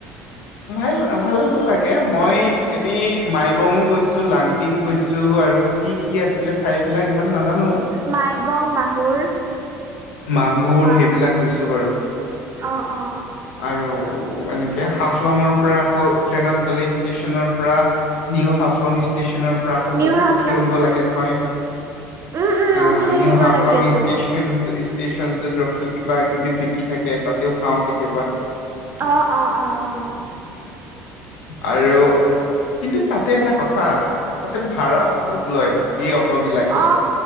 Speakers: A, on the left; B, on the right.
A: ভাল ভাল লাগে। মই এনেই মাইবঙো গৈছো, লাংটিং গৈছো আৰু কি কি আছিলে ঠাই বিলাক ইমান নাজানো।
B: মাইবং মাহুৰ
A: মাহুৰ
B: মা
A: সেইবিলাক গৈছো বাৰু।
B: অ, অ।
A: আৰু এনেকে হাফলঙৰ পৰা আকৌ ট্ৰেইনত গ'লে ষ্টেচনৰ পৰা নিউ হাফলং ষ্টেচনৰ পৰা আকৌ
B: নিউ
A: বহুত
B: হাফলং
A: উঠি আহিব
B: ষ্টেচন
A: লাগে নহয়।
B: উম উম
A: আ
B: উঠি
A: নিউ
B: আহিব
A: হাফলং
B: লাগেতো
A: ষ্টেচন ষ্টেচ ষ্টেচনটোত ৰখি কিবা কিবি বিকি থাকে। তাতেও খাওঁ কেতিয়াবা।
B: অ-অ-অ-অ।
A: আৰু কিন্তু তাতে এটা কথা তাতে ভাড়া বহুত লয়। এই অটো বিলাকে
B: অ